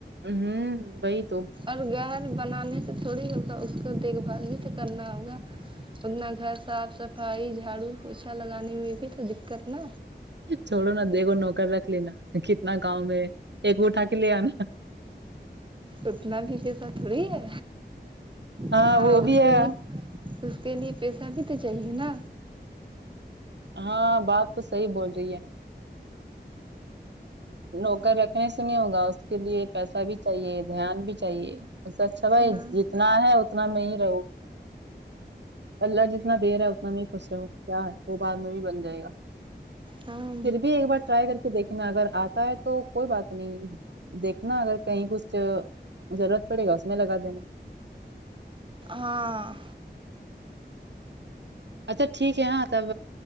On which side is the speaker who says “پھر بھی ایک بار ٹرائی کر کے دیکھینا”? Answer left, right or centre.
Right